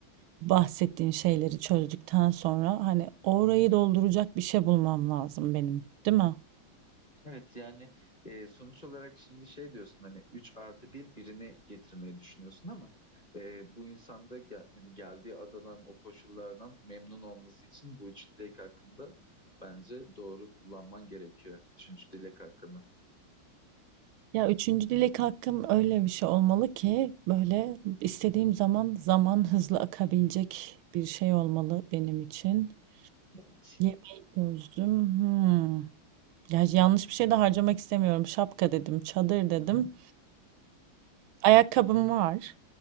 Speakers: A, on the right; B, on the left.
A: bahsettiğin şeyleri çözdükten sonra hani orayı dolduracak bir şey bulmam lazım benim, değil mi?
B: Evet, yani e, sonuç olarak şimdi şey diyorsun hani 3 artı bir birini getirmeyi düşünüyorsun ama e, bu insanda gel, hani geldiği adadan o koşullardan memnun olması için bu üç dilek hakkında bence doğru kullanman gerekiyor. Üçüncü dilek hakkını.
A: Ya üçüncü dilek hakkım öyle bir şey olmalı ki böyle istediğim zaman zaman hızlı akabilecek bir şey olmalı benim için.
B: Evet.
A: Yemeği çözdüm. Hmm. Ya yanlış bir şey de harcamak istemiyorum. Şapka dedim, çadır dedim.
B: Hı hı.
A: Ayakkabım var.